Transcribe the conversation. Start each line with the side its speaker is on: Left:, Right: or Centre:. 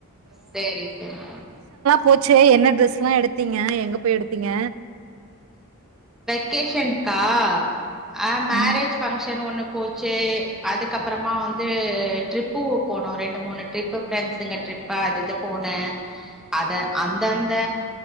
Centre: சேரி சேரி
Right: போச்சே என்ன ட்ரெஸ்ல்லா எடுத்தீங்க எங்க போய் எடுத்தீங்க
Centre: வெகேஷன்கா ஆ மேரேஜ்
Right: ம்
Centre: பங்க்ஷன் ஒண்ணு போச்சு அதுக்கப்பறமா வந்து ட்ரிப்பு போனோ ரெண்டு மூணு ட்ரிப்பு ஃப்ரெண்ட்ஸுங்க ட்ரிப்பு அது போனே அத அந்தந் இந்த